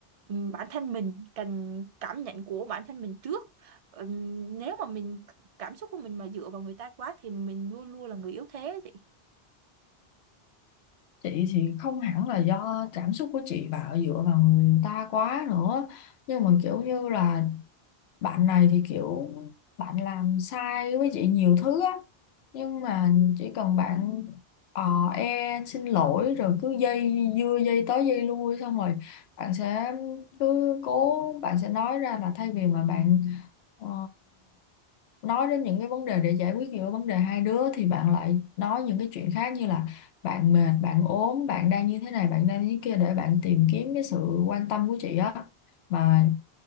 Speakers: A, on the right; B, on the left.
A: ừm, bản thân mình cần cảm nhận của bản thân mình trước Ừm, nếu mà mình cảm xúc của mình mà dựa vào người ta quá thì mình luôn luôn là người yếu thế
B: chị thì không hẳn là do cảm xúc của chị bảo dựa vào người ta quá nữa nhưng mà kiểu như là bạn này thì kiểu bạn làm sai với chị nhiều thứ á nhưng mà chỉ cần bạn ờ e xin lỗi rồi cứ dây dưa dây tới dây lui xong rồi bạn sẽ cứ cố bạn sẽ nói ra là thay vì mà bạn Ờ, nói đến những cái vấn đề để giải quyết giữa vấn đề hai đứa thì bạn lại nói những cái chuyện khác như là bạn mệt, bạn ốm, bạn đang như thế này, bạn đang như thế kia để bạn tìm kiếm cái sự quan tâm của chị á. Mà